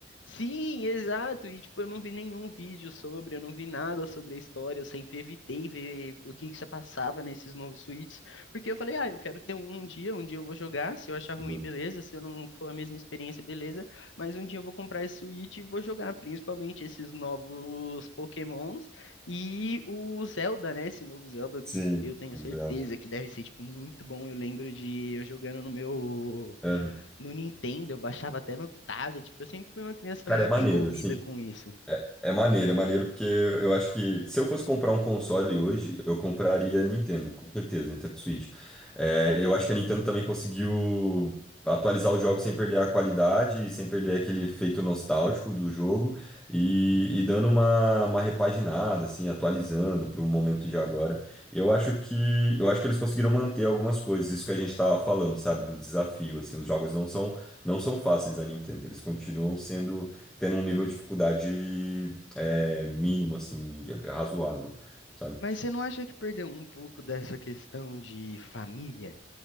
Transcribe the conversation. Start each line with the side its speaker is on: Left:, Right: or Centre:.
Left: Sim, exato. E tipo, eu não vi nenhum vídeo sobre, eu não vi nada sobre a história, eu sempre evitei ver o que que se passava nesses novos suítes, porque eu falei, ah, eu quero ter um, um dia, um dia eu vou jogar, se eu achar
Centre: assim,
Left: ruim,
Centre: né?
Left: beleza, se eu não for a mesma experiência, beleza, mas um dia eu vou comprar esse suíte e vou jogar, principalmente esses novos Pokémons e o Zelda, né? Esse novo Zelda
Centre: Sim,
Left: que eu tenho
Centre: os
Left: certeza
Centre: dela.
Left: que deve ser tipo muito bom. Eu lembro de eu jogando no meu
Centre: Aham.
Left: no Nintendo, eu baixava até no tablet. Eu sempre fui uma criança
Centre: Cara,
Left: muito
Centre: é maneiro,
Left: envolvida
Centre: assim.
Left: com isso.
Centre: É maneiro, é maneiro porque eu acho que se eu fosse comprar um console hoje, eu compraria a Nintendo, com certeza, Nintendo Switch. É, eu acho que a Nintendo também conseguiu atualizar os jogos sem perder a qualidade, e sem perder aquele efeito nostálgico do jogo e, e dando uma, uma repaginada, assim, atualizando para o momento de agora. Eu acho que eu acho que eles conseguiram manter algumas coisas, isso que a gente estava falando, sabe, do desafio, assim, os jogos não são não são fáceis da Nintendo, eles continuam sendo tendo um nível de dificuldade é, mínimo, assim, razoável, sabe?
Left: Mas você não acha que perdeu um pouco dessa questão de família?